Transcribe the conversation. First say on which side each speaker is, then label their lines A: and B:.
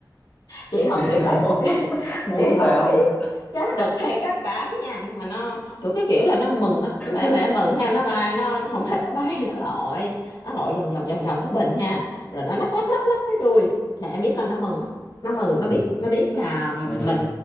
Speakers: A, on the left; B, on the left.
A: chị không
B: <laughs>
A: biết là
B: Ủa?
A: <laughs>
B: muốn
A: chị không
B: sao
A: biết cá đực hay cá cái nha nhưng mà nó thuộc cái kiểu là nó mừng á nó vẻ
B: ừ
A: vẻ mừng ha nó bay nó không phải nó bay nó lội nó lội vòng vòng vòng vòng cái bình ha rồi nó lắc lắc lắc lắc cái đuôi là em biết là nó mừng á. nó mừng
B: ừ
A: nó biết nó biết là
B: ừ
A: mình